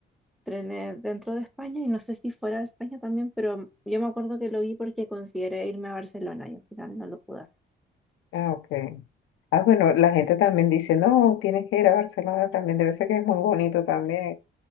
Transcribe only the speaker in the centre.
trenes dentro de España y no sé si fuera de España también, pero yo me acuerdo que lo vi porque consideré irme a Barcelona y al final no lo pude hacer.